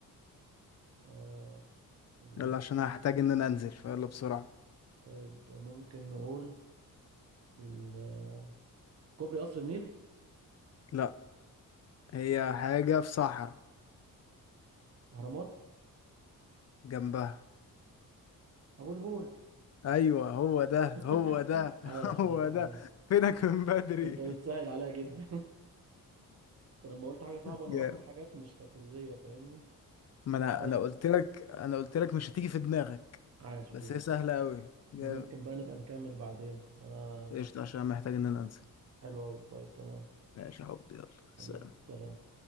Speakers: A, on the right; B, on the left.
A: آه. ال-
B: يلا عشان هحتاج ان انا انزل فيلا بسرعة
A: طيب ممكن نقول ال- كوبري قصر النيل
B: لا هي حاجة في صحراء
A: اهرامات
B: جنبها
A: ابو الهول
B: ايوه هو ده
A: <laughs>
B: هو ده <laughs>
A: عاش
B: هو
A: لا
B: ده
A: عاش
B: فينك من بدري
A: انت بتسهل
B: <laughs>
A: عليا جدا <laughs> انت لما قلت حاجه صعبه انا
B: جامد
A: رحت لحاجات مش تقليديه فاهمني
B: ما انا
A: طيب
B: انا قلت لك انا قلت لك مش هتيجي في دماغك
A: عاش
B: بس
A: بجد
B: هي سهله قوي جامد
A: ممكن بقى نبقى نكمل بعدين انا
B: قشطه عشان محتاج ان انا انزل
A: حلو قوي طيب تمام
B: ماشي يا حبيبي يلا سلام
A: حبيبي سلام